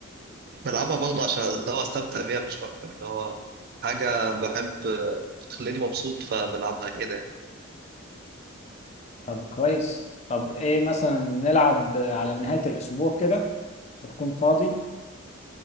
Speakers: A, on the right (about 45°); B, on the left (about 30°).
A: بلعبها برضه عشان اللي هو أستمتع بيها مش أكتر اللي هو حاجة بحب بتخليني مبسوط فبلعبها كده يعني.
B: طب كويس طب ايه مثلا نلعب على نهاية الأسبوع كده هتكون فاضي